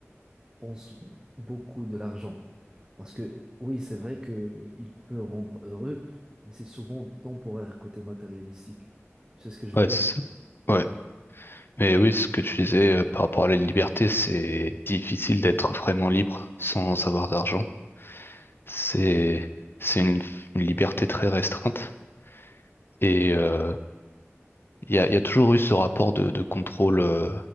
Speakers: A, on the right; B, on the left.
A: pensent beaucoup de l'argent. Parce que oui, c'est vrai que il peut rendre heureux, mais c'est souvent temporaire côté matérialistique. C'est ce que je veux
B: ouais,
A: dire?
B: c'est ça. Ouais. Mais oui, ce que tu disais euh, par rapport à la liberté, c'est difficile d'être vraiment libre sans avoir d'argent. C'est, c'est une, une liberté très restreinte. Et euh, il y a, il y a toujours eu ce rapport de, de contrôle euh,